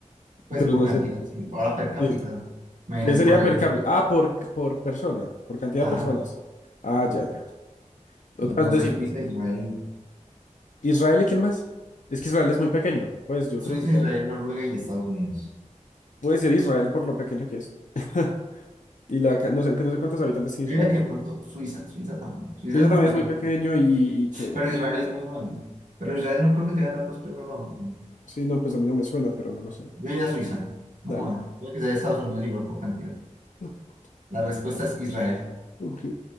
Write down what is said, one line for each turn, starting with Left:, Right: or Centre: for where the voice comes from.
Right: Pues
Left: pero
Right: por
Left: no
Right: cantidad,
Left: sé.
Right: sí. Ahora per cápita.
Left: Sí.
Right: Imagínate
Left: ¿Qué sería
Right: por ahí.
Left: per cápita? Ah, por, por persona, por cantidad
Right: Ajá,
Left: de personas. Ah, ya, ya. Otra
Right: No
Left: vez decime,
Right: sé, Suiza,
Left: decime.
Right: Israel.
Left: ¿Israel y quién más? Es que Israel es muy pequeño. Pues yo
Right: Suiza,
Left: creo que Israel.
Right: Israel, Noruega y Estados Unidos.
Left: Puede ser Israel por lo pequeño que es. <laughs> Y la, ca- no sé, no sé cuántos habitantes tiene
Right: Yo
Left: Israel,
Right: diría que
Left: pues.
Right: de pronto Suiza, Suiza también. Suiza
Left: Suiza
Right: es más
Left: también
Right: pequeño,
Left: es muy pequeño y, y que...
Right: pero Israel
Left: y-
Right: es muy bueno Pero Israel no creo que tenga tantos premios Nobel.
Left: sí, no, pues a mí no me suena, pero no lo sé.
Right: Yo diría Suiza. Vamos
Left: Dale.
Right: a ver. Yo que sea de Estados Unidos igual por cantidad.
Left: <laughs>
Right: La respuesta es Israel.
Left: Ok.